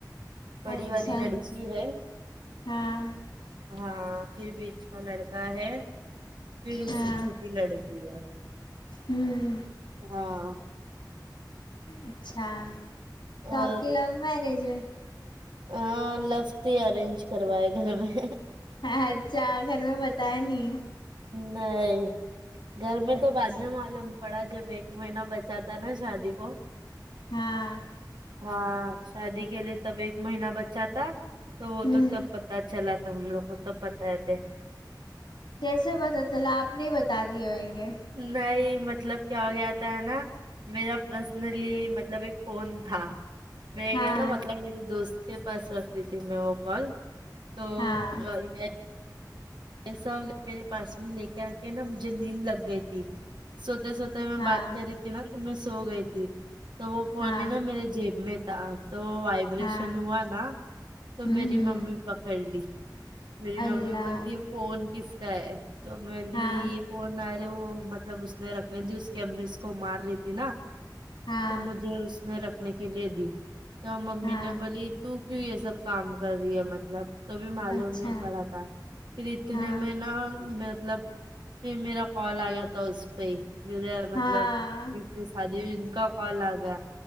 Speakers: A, on the right; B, on the left.
A: بڑی
B: اچھا
A: والی لڑکی ہے
B: ہاں
A: ہاں پھر بیچ کا لڑکا ہے پھر اس
B: ہاں
A: سے چھوٹی لڑکی ہے
B: ہوں
A: ہاں
B: اچھا تو
A: اور
B: آپ کی لو میرج ہے
A: ہاں لف ہی ارینج کروائے گھر میں
B: ہاں اھا گھر میں بتایا نہیں
A: نہیں گھر میں
B: اچھا
A: تو بعد میں معلوم پڑا جب ایک مہینہ بچ چاہتا نا شادی کو
B: ہاں
A: ہاں شادی کے لیے تب ایک مہینہ بچہ تھا تو وہ
B: ہوں
A: تو تب پتا چلا تھا ہم لوگ کو تب پتائے تھے
B: کیسے پتا چلا آپ نے بتا دی ہوئیں گے
A: نہیں مطلب کیا ہو گیا تھا ہے نا میرا پرسنلی مطلب ایک فون تھا میں
B: ہاں
A: نا مطلب میری دوست کے پاس رکھتی تھی میں وہ کال تو
B: ہاں
A: یہ ایسا میرے پاس میں لے کے آ کے نا مجھے نیند لگ گئی تھی سوتے سوتے میں
B: ہاں
A: بات کر رہی تھی نا تو میں سو گئی تھی تو وہ پورنی
B: ہاں
A: نا میرے جیب میں تھا تو وائبریشن
B: ہاں
A: ہوا نا تو
B: ہوں
A: میری
B: ہوں
A: ممی پکڑ لی میری
B: اللہ
A: ممی بولتی ہے فون کس کا ہے تو بھی
B: ہاں
A: نہارے وہ مطلب اس نے رکھنے تھی اس کی امی اس کو مار رہی تھی نا
B: ہاں
A: تو مجھے اس نے رکھنے کے لیے دی تو ممی
B: ہاں
A: نے بولی تو کیوں یہ سب کام کر رہی ہے مطلب تو بھی معلوم
B: اچھا
A: نہیں پڑا تھا پھر اتنے
B: ہاں
A: میں نا مطلب پھر میرا کال آ گیا تھا اس پہ ہی میرا
B: ہاں
A: مطلب بیچ سے شادی میں ان کا کال آ گیا